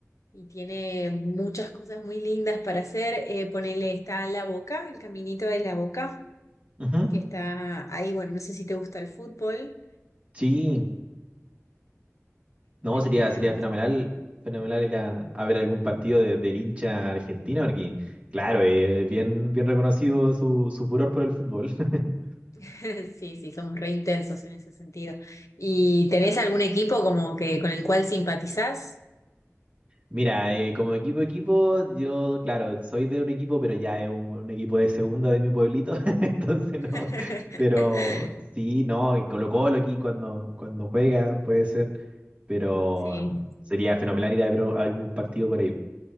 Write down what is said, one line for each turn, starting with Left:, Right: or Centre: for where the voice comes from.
Left: y tiene muchas cosas muy lindas para hacer. Eh, ponele, está La Boca, el caminito de La Boca,
Right: ujú,
Left: que está ahí, bueno, no sé si te gusta el fútbol.
Right: Sí, no,
Left: Bueno,
Right: sería,
Left: genial.
Right: sería fenomenal, fenomenal ir a, a ver algún partido de- del hincha argentino, porque claro, es bien, bien reconocido su, su furor por el fútbol. <laughs>
Left: <laughs> Sí, sí, somos re intensos en ese sentido. ¿Y tenés algún equipo como que con el cual simpatizás?
Right: Mira, eh, como equipo equipo, yo, claro, soy de un equipo, pero ya es un, un equipo de segunda de mi pueblito, <laughs> entonces
Left: <laughs>
Right: no, pero sí, no, y Colo-Colo aquí cuando, cuando juega puede ser, pero
Left: Sí.
Right: sería fenomenal ir a ver algún partido por ahí.